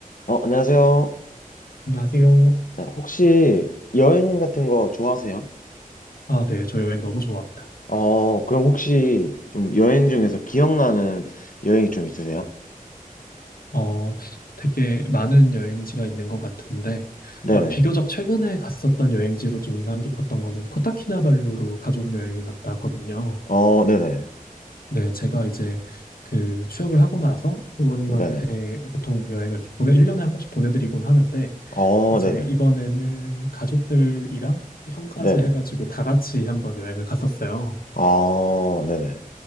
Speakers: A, on the left; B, on the left.
A: 어, 안녕하세요.
B: 안녕하세요.
A: 네, 혹시 여행 같은 거 좋아하세요?
B: 아, 네. 저 여행 너무 좋아합니다.
A: 어, 그럼 혹시 좀 여행 중에서 기억나는 여행이 좀 있으세요?
B: 어, 되게 많은 여행지가 있는 것 같은데,
A: 네네.
B: 어, 비교적 최근에 갔었던 여행지로 좀 인상 깊었던 거는 코타키나발루로 가족 여행을 갔다 왔거든요.
A: 어, 네네.
B: 네, 제가 이제 그 취업을 하고 나서 부모님한테
A: 네네.
B: 보통 여행을 이렇게 보내, 1년에 한 번씩 보내드리곤 하는데,
A: 어,
B: 이제
A: 네네.
B: 이번에는 가족들이랑 형까지
A: 네네.
B: 해가지고 다 같이 한번 여행을 갔었어요.
A: 어, 네네.